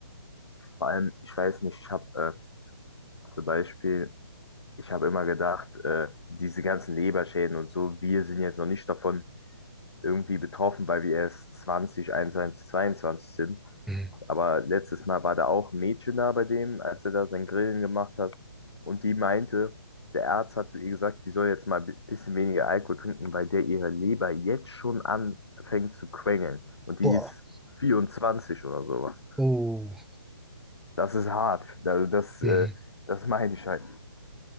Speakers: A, on the left; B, in the centre.
A: Vor allem, ich weiß nicht, ich habe äh, zum Beispiel, ich habe immer gedacht, äh, diese ganzen Leberschäden und so, wir sind jetzt noch nicht davon irgendwie betroffen, weil wir erst 20 21 22 sind.
B: Mhm.
A: Aber letztes Mal war da auch ein Mädchen da bei dem, als er da sein Grillen gemacht hat. Und die meinte, der Arzt hat zu ihr gesagt, die soll jetzt mal ein bisschen weniger Alkohol trinken, weil der ihre Leber jetzt schon anfängt zu quengeln. Und die
B: Boah.
A: ist 24 oder sowas.
B: Oh.
A: Das ist hart. Also das,
B: Mhm.
A: äh, das meine ich halt.